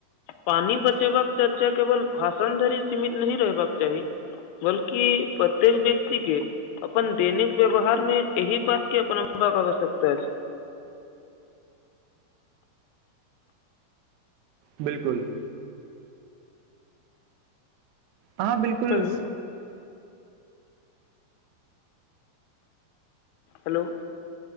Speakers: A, on the left; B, on the right.
A: पानी बचेबाक चर्चा केवल भाषण धरि सीमित नहि रहबाक चाही बल्कि प्रत्येक व्यक्ति के अपन दैनिक व्यवहार मे अही बात के अपन अनुभाव आवश्यकता छै‌
B: बिल्कूल हाँ बिल्कुल
A: हेलो हेलो